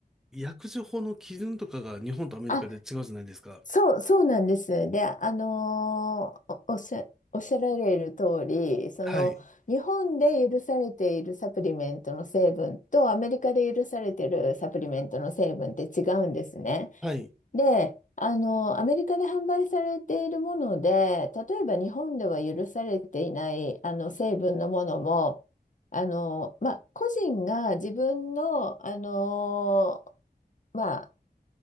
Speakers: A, in the centre; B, on the left.
A: 薬事法の基準とかが日本とアメリカで違うじゃないですか。
B: あ、そう、そうなんです。で、あのーお、おっしゃ、おっしゃられる通り、その日本で許されているサプリメントの成分とアメリカで許されているサプリメントの成分って違うんですね。
A: はい。はい。
B: で、あのーアメリカで販売されているもので、例えば日本では許されていないあの成分のものも、あのーまあ、個人が自分の、あのーまあ